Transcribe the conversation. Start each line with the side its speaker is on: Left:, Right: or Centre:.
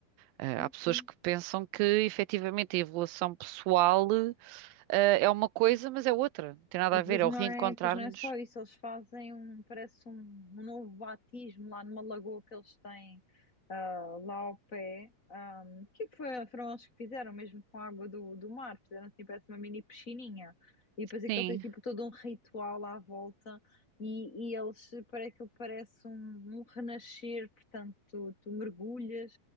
Right: Eh,
Left: Sim,
Right: Há pessoas
Left: sim.
Right: que pensam que efetivamente a evolução pessoal eh, é uma coisa, mas é outra. Não tem nada
Left: E pois
Right: a ver, é
Left: não
Right: o reencontrar-nos.
Left: é, pois não é só isso, eles fazem um, parece um, um novo batismo lá numa lagoa que eles têm ah, lá ao pé. Ah, O que é que foi, foram eles que fizeram, mesmo com a água do, do mar? Fizeram assim, parece uma mini piscininha. E depois aquilo
Right: Sim.
Left: tem tipo todo um ritual à volta e, e eles, para aquilo parece um, um renascer, portanto, tu, tu mergulhas